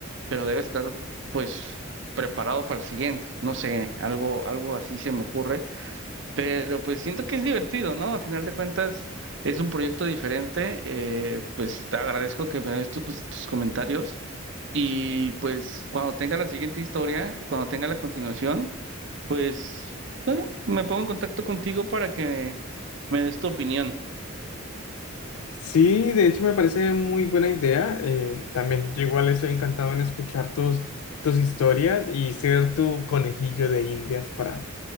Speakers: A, on the right; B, on the left.
A: pero debes estar, pues, preparado para el siguiente. No sé, algo, algo así se me ocurre, pero pues siento que es divertido, ¿no? A final de cuentas es un proyecto diferente. eh, pues te agradezco que me des tus tus comentarios. Y pues cuando tenga la siguiente historia, cuando tenga la continuación, pues eh, me pongo en contacto contigo para que me des tu opinión.
B: Sí, de hecho me parece muy buena idea. eh, también yo igual estoy encantado en escuchar tus, tus historias y ser tu conejillo de indias para,